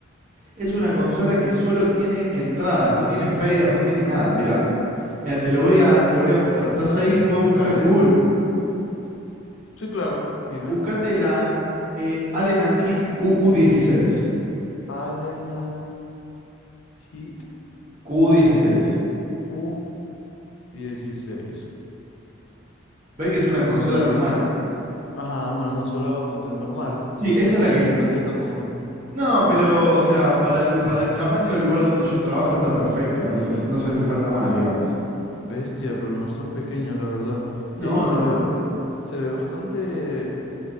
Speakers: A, on the right (about 40°); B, on the left (about 75°).
A: es una consola que solo tiene entradas, no tiene faders, no tiene nada. Mirá, mira, te lo voy a, te lo voy a mostrar. Estás ahí y podés buscar
B: Dale.
A: en Google.
B: Sí, claro, dime.
A: Buscate la eh, Allen Heat QU16.
B: Alenan Hit
A: QU16.
B: Q U dieciséis.
A: ¿Ves que es una consola normal?
B: Ajá, es una consola bastante normal,
A: Sí, esa
B: pequeña
A: es la que...
B: hasta cierto punto.
A: No, pero, o sea, para el, para el tamaño del lugar donde yo trabajo está perfecta, no se, no se hace falta más, digamos.
B: Bestia, pero no es tan pequeña, la verdad.
A: No,
B: Y
A: no.
B: se ve, ba- se ve bastante,